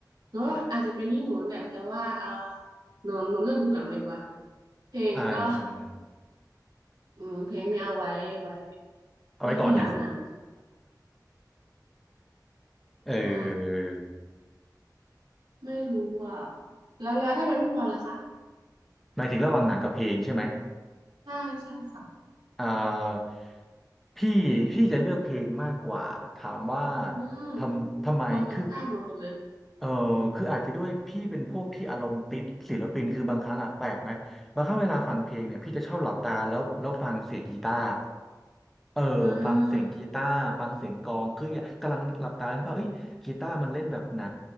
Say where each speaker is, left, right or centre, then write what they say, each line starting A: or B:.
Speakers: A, on the right; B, in the centre.
A: หรือว่าอาจจะเป็นที่หนูแหละแต่ว่าอ่าหนูหนูเลือกดูหนังดีกว่าเพลงก็
B: อ่า
A: อืมเพลงเนี่ยเอาไว้ไว้
B: เอาไว้ก่อน
A: ไว้ที่หลังหนัง
B: <laughs> เอ
A: ใช่
B: อ
A: ไม่รู้อ่ะแล้วแล้วถ้าเป็นพี่บอลล่ะคะ
B: หมายถึงระหว่างหนังกับเพลงใช่ไหม
A: ใช่ใช่ค่ะ
B: อ่าพี่พี่จะเลือกเพลงมากกว่าถามว่า
A: อืม
B: ทำทำไมคือ
A: ตรงกันข้ามหนูหมดเลย
B: เออคืออาจจะด้วยพี่เป็นพวกที่อารมณ์ติดศิลปินคือบางครั้งอะแปลกไหมบางครั้งเวลาฟังเพลงเนี่ยพี่จะชอบหลับตาแล้วแล้วฟังเสียงกีตาร์เออฟังเสียงกีตาร์ฟังเสียงกลองคืออยากกำลังนึกหลับตาแล้วว่าเอ้ยกีตาร์มันเล่นแบบไหน
A: อ่า